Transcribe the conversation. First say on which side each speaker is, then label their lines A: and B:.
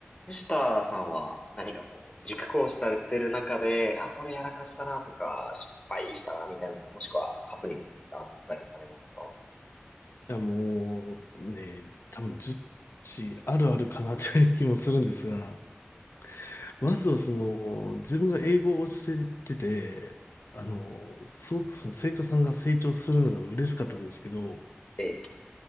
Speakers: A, on the left; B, on the left.
A: 藤田さんは何かこう、熟考されてる中で、あ、これやらかしたなとか、失敗したなみたいなのとか、もしくはハプニングとかってあったりされますか
B: いや、もうね、多分10地あるあるかなって気もするんですが、<laughs> まずはその、自分が英語を教えてて、あの、すごくその生徒さんが成長するのが嬉しかったんですけど、
A: ええ、